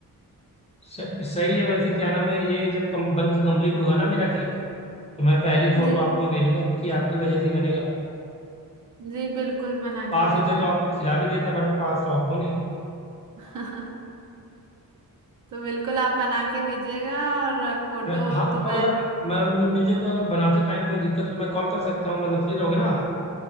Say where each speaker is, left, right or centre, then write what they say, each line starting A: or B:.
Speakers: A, on the left; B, on the right.
A: स- सही है वैसे क्या नाम है ये जब कम, बन के कंप्लीट होगा ना मेरा केक तो मैं पहली फोटो
B: जी
A: आपको ही भेजूंगा क्योंकि आपकी वजह से ही बनेगा
B: जी बिल्कुल बना
A: पास
B: के भेजना
A: होते तो आपको खिला भी देता बट पास तो आप हो नहीं
B: <laughs> तो बिल्कुल आप बना के भेजिएगा और फोटो
A: मैं हाँ
B: तो मैं
A: और अगर मैं, मैं मुझे को अगर बनाते टाइम कोई दिक्कत हो तो मैं कॉल कर सकता हूँ मतलब फ्री रहोगे ना आप